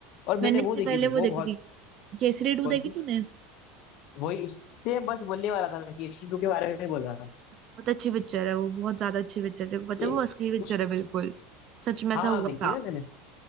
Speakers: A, on the left (about 50°); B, on the right (about 35°).
A: और मैंने
B: मैंने
A: वो
B: इससे
A: देखी
B: पहले
A: थी वो
B: वो देखी
A: बहुत
B: थी केसरी टू
A: कौन
B: देखी
A: सी
B: तूने
A: वही उससे बस बोलने वाला था मैं कि एच टू के बारे में बोल रहा था
B: बहुत अच्छी पिक्चर है वो बहुत ज्यादा अच्छी पिक्चर है देखो पता
A: कि
B: है वो असली पिक्चर
A: उस
B: है बिल्कुल सच में ऐसा
A: हाँ
B: हुआ
A: देखी
B: था
A: ना मैंने